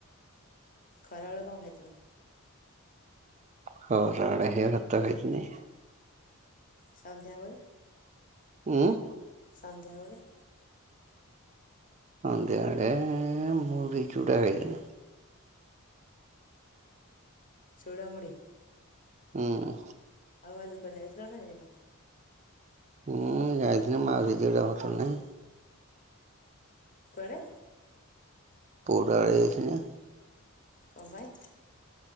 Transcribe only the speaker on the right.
ଖରାବେଳେ ସେଇ ଭାତ ଖାଇଥିଲି।
ଉଁ?
ସନ୍ଧ୍ୟାବେଳେ ମୁଢି, ଚୁଡ଼ା ଖାଇଥିଲି।
ହୁଁ।
ମୁଁ ଯାଇଥିଲି ମାଉସି ଦିହଟା ଭଲ ନାହିଁ।
ପୁରା ଆଡେ଼ ଯାଇଥିଲି।